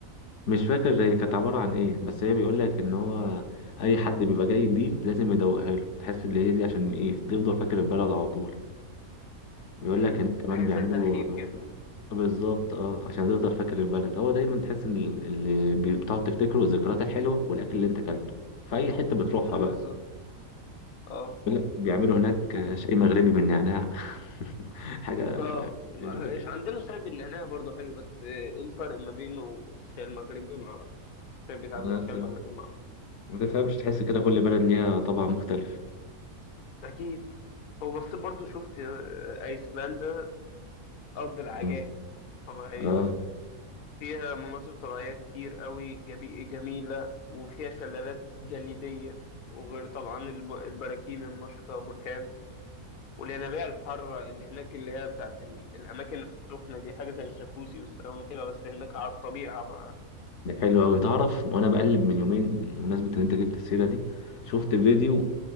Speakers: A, on the left; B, on the left.
A: مش فاكر هي كانت عبارة عن ايه بس هي بيقول لك ان هو اي حد بيبقى جاي جديد لازم يدوقها له تحس ان هي دي عشان ايه يفضل فاكر البلد على طول بيقول
B: أمم،
A: لك هناك كمان
B: حاجة
A: بيعملوا
B: زي ترحيب
A: آه،
B: كده
A: بالظبط اه عشان تفضل فاكر البلد هو دايما تحس ان اللي بي- بتقعد تفتكره الذكريات الحلوه والاكل اللي انت اكلته في اي حته بتروحها بقى
B: بالظبط اه
A: بيقول لك بيعملوا هناك آه،
B: و-
A: شاي مغربي بالنعناع <laughs> حاجه
B: اه
A: حلوه كده
B: إيش- عندنا شاي بالنعناع برضه حلو بس آه، ايه الفرق ما بينه والشاي المغربي معرفش الشاي بتاعنا
A: ما
B: والشاي
A: ت-
B: المغربي معرفش
A: ما تفهمش تحس كده كل بلد ليها طبع مختلف
B: أكيد وبصيت برضه شفت آه، أيسلندا أرض العجائب
A: مم.
B: طبيعية
A: اه
B: فيها مناظر طبيعية كتير قوي جبي- جميلة وفيها شلالات جليدية وغير طبعا الب- البراكين النشطة بركان والينابيع الحارة اللي هناك اللي هي بتاعت ال- الأماكن السخنة دي حاجة زي الجاكوزي والساونا كده بس هناك على الطبيعة بقى
A: ده حلو أوي تعرف وأنا بقلب من يومين بمناسبة إن أنت جبت السيرة دي شفت فيديو